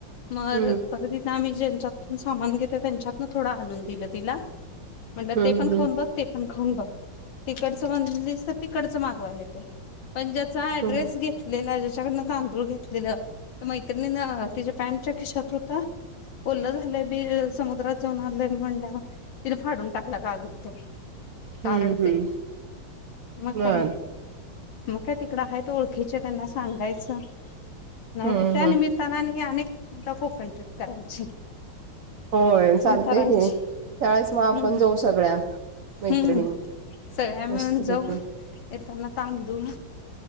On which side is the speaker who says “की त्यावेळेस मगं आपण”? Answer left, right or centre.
Right